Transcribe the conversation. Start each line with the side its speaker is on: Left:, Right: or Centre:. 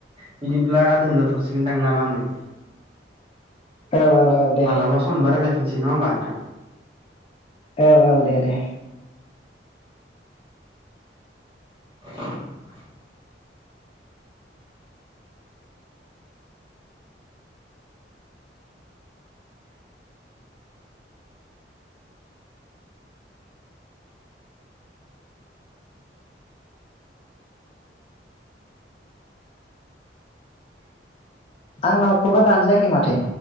Right: बिदिब्ला दोनजाथ'सि गोनदां ना मा होनो?
Left: औ औ औ दे
Right: मालाबा सम मोनबा रायलायफिनसै नङा होनबा नोंथां।
Left: औ औ दे दे
Right: उम
Left: आंनाव कला दानजायाखै माथो